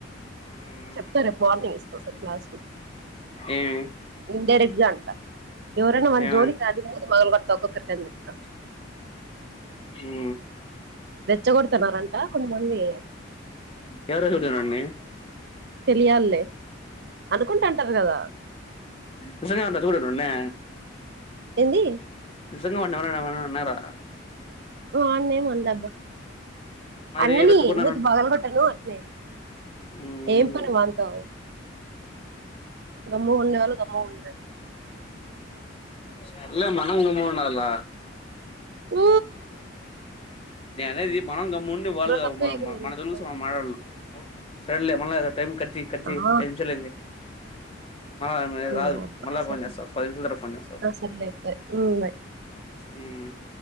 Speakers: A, on the left; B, on the right.
A: మ్మ్
B: చెప్తా రేపు మార్నింగ్ ఒకసారి క్లాస్ లో
A: ఏమి
B: ఇన్ డైరెక్ట్ గా అంట ట ఎవరైనా వాని
A: ఏమి
B: జోలికి రానియ్ మూతి పగలగొడుత ఒక్కరికి అని చెప్తా
A: ఊ
B: రెచ్చగొడుతున్నారంట కొంతమంది
A: ఎవరెవరు చూసిండ్రు వాన్ని
B: తెలియాలే అనుకుంట అంటారు కదా
A: నిజంగా అంట చూడు వాన్ని
B: ఏంది
A: నిజంగా వాన్ని ఎవరన్న ఏమన్నా అన్నారా
B: వాన్ని ఏమ్ అనలేబ్బా
A: మరి
B: అనని
A: రెచ్చగొట్టినారు
B: మూతి పగలగొట్టను అట్నే
A: మ్మ్
B: ఏం పని వాంతో గమ్ము ఉండేవాళ్ళు గమ్ము ఉండండి
A: సర్లే మనం గమ్ముగుండాలా
B: ఊ
A: నేను అనేది మనం గమ్ము వుండి వాళ్ళు కాదు
B: తప్పు
A: మనం
B: చేయకుండా ఎందుకుంటావ్
A: మన జోలికివాస్తే మనము మాట్లాడాలి అప్పుడు సర్లే <unintelligible> కట్ చెయ్ కట్ చెయ్
B: ఆ
A: ఐదు నిముషాలు అయింది మల్ల ఇది
B: నీ
A: రాదు
B: యబ్బా
A: మల్ల
B: సర్లే
A: ఫోన్ చేస్తా ఆగు పదీ నిముషాలా తర్వాత ఫోన్ చేస్తా
B: ఆ సర్లే బాయ్ మ్మ్ బాయ్
A: ఆగు ఊ